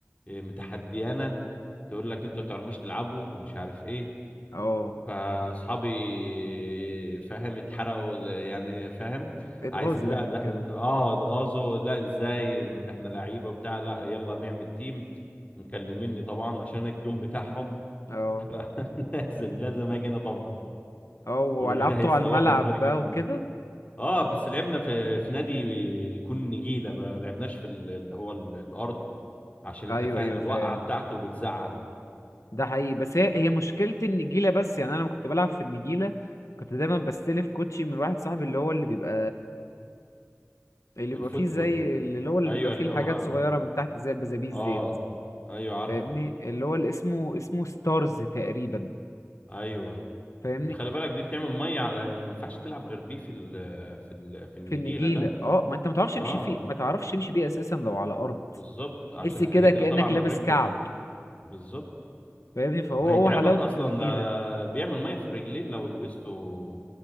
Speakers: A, on the left; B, on the left.
A: إيه متحديانه تقول لك انتوا ما تعرفوش تلعبوا ومش عارف ايه
B: اه
A: فاصحابي فاهم اتحرقوا يعني فاهم
B: اتغاظوا
A: عايزين لا
B: يعني
A: ده
B: وكده
A: احنا اه اتغاظوا لا ازاي ده احنا لعيبه وبتاع لا يلا نعمل تيم مكلميني طبعا عشان أنا الجون بتاعهم
B: اه
A: <laughs> لازم لازم اجي انا طبعا
B: اه ولعبته
A: من غيري هيتسوحوا
B: على الملعب
A: من غير جون
B: بقى وكده
A: اه بس لعبنا في في نادي يكون نجيله ما لعبناش في ال- اللي هو ال- الارض عشان انت
B: ايوه
A: فاهم
B: ايوه
A: الوقعه
B: فاهم
A: بتاعته بتزعل
B: ده حقيقي بس هي هي مشكلة النجيلة بس يعني أنا لما كنت بلعب في النجيلة كنت دايما بستلف كوتشي من واحد صاحبي اللي هو اللي بيبقى اللي
A: الفوتبول
B: بيبقى فيه زي اللي هو اللي
A: ايوه
B: بيبقى فيه
A: اللي
B: الحاجات
A: هو
B: صغيرة من تحت زي البزابيز
A: اه
B: ديت
A: ايوه عارفه
B: فاهمني اللي هو اللي اسمه اسمه ستارز تقريبا
A: ايوه
B: فاهمني
A: خلي بالك دي بتعمل ميه على ما ينفعش تلعب غير بيه في ال... في ال... في النجيله
B: في النجيلة
A: ده
B: اه ما انت ما تعرفش تمشي
A: اه
B: فيه ما تعرفش تمشي بيه أساسا لو على أرض
A: بالظبط عشان
B: تحس كده
A: الحاجات
B: كأنك
A: اللي طالعه من
B: لابس
A: رجله
B: كعب
A: دي بالظبط
B: فاهمني فهو
A: وهيتعبك
B: هو حلاوته
A: اصلا
B: في النجيلة
A: ده بيعمل ميه في الرجلين لو لبسته